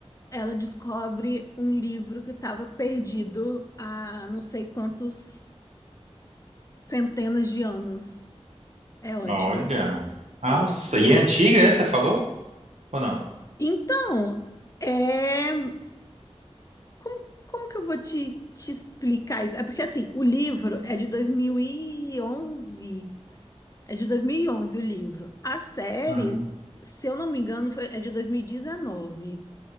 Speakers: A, on the left; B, on the right.
A: Ela descobre um livro que estava perdido há não sei quantos centenas de anos. É ótimo,
B: Olha. Nossa,
A: é ótimo.
B: e é antiga essa, você falou? Ou não?
A: Então, é... como, como que eu vou te, te explicar isso? É porque, assim, o livro é de dois mil e onze É de 2011 o livro. A série,
B: Hum.
A: se eu não me engano, foi... é de 2019.